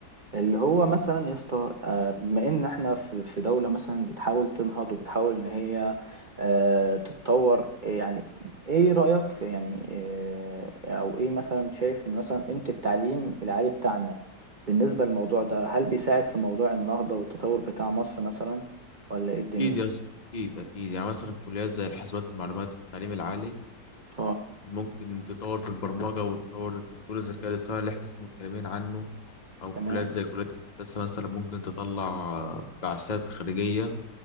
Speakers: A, on the right (about 55°); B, on the left (about 30°).
A: اللي هو مثلا يا اسطى آه، بما ان احنا في في دوله مثلا بتحاول تنهض وبتحاول ان هي آه، تتطور يعني ايه رايك في يعني آه، او ايه مثلا شايف ان مثلا قيمه التعليم العالي بتاعنا بالنسبه للموضوع ده هل بيساعد في موضوع النهضه والتطور بتاع مصر مثلا ولا ايه الدنيا
B: اكيد يا اسطى اكيد اكيد يعني مثلا كليات زي الحاسبات والمعلومات في التعليم العالي
A: اه
B: ممكن تطور في البرمجه وتطور في تطوير الذكاء الاصطناعي اللي احنا لسه متكلمين عنه او
A: تمام
B: كليات زي كليات الهندسه مثلا ممكن تطلع آه، بعثات خارجيه